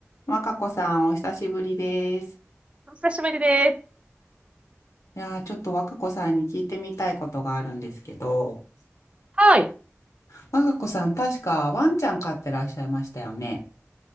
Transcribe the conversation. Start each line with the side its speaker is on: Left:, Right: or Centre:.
Left: 若子さん、お久しぶりです。
Right: お久しぶりです。
Left: いやー、ちょっと若子さんに聞いてみたいことがあるんですけど、
Right: はい。
Left: 若子さん、確かワンちゃん飼ってらっしゃいましたよね。